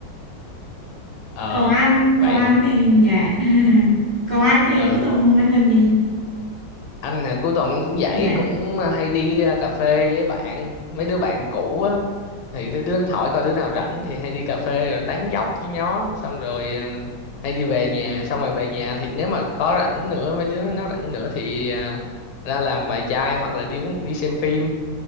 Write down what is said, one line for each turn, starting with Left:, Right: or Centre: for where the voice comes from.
Left: ờ
Right: còn anh
Left: vậy
Right: còn anh
Left: hả?
Right: thì dạ <laughs> à, còn anh thì
Left: Ừ,
Right: cuối tuần anh làm gì
Left: anh hả cuối tuần anh cũng vậy,
Right: dạ
Left: cũng ờ, hay đi ờ, cà phê với bạn, mấy đứa bạn cũ á thì thứ đứa nó hỏi coi đứa nào rảnh thì hay đi cà phê rồi tán dóc với nó xong rồi ờ, hay đi về nhà, xong rồi về nhà thì nếu mà có rảnh nữa mấy đứa nó rảnh nữa thì ờ, ra làm vài chai hoặc là đi uống đi xem phim